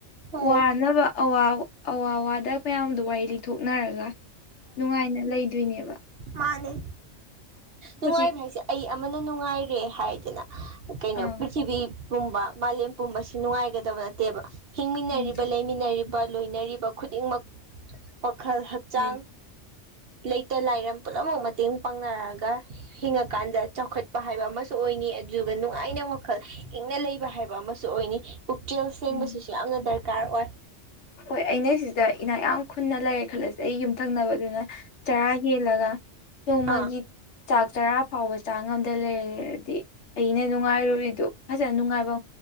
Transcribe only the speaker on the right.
ꯎꯝ
ꯃꯥꯅꯦ ꯅꯨꯡꯉꯥꯏꯕ
ꯍꯥꯏꯁꯦ ꯑꯩ ꯑꯃꯅ ꯅꯨꯡꯉꯥꯏꯔꯦ ꯍꯥꯏꯗꯅ ꯀꯩꯅꯣ
ꯄ꯭ꯔꯤꯊꯤꯕꯤ ꯄꯨꯝꯕ ꯃꯥꯂꯦꯝ ꯄꯨꯝꯕꯁꯤ ꯅꯨꯡꯉꯥꯏꯒꯗꯕ ꯅꯠꯇꯦꯕ ꯍꯤꯡꯃꯤꯟꯅꯔꯤꯕ
ꯂꯩꯃꯤꯟꯅꯔꯤꯕ ꯂꯣꯏꯅꯔꯤꯕ ꯈꯨꯗꯤꯡꯃꯛ ꯈꯜ ꯍꯛꯆꯥꯡ
ꯂꯩꯇ ꯂꯥꯏꯔ ꯄꯨꯝꯅꯃꯛ ꯃꯇꯦꯡ ꯄꯥꯡꯅꯔꯒ ꯍꯤꯡꯉꯀꯥꯟꯗ ꯆꯥꯎꯈꯠꯄ ꯍꯥꯏꯕ ꯑꯃꯁꯨ ꯑꯣꯏꯅꯤ ꯑꯗꯨꯒ ꯅꯨꯡꯉꯥꯏꯅꯕ ꯃꯈꯜ ꯏꯪꯅ ꯂꯩꯕ ꯍꯥꯏꯕ ꯑꯃꯁꯨ ꯑꯣꯏꯅꯤ ꯄꯨꯛꯆꯦꯜ ꯁꯦꯡꯕꯁꯤꯁꯨ
ꯌꯥꯝꯅ ꯗꯔꯀꯥꯔ ꯑꯣꯏ
ꯑꯥ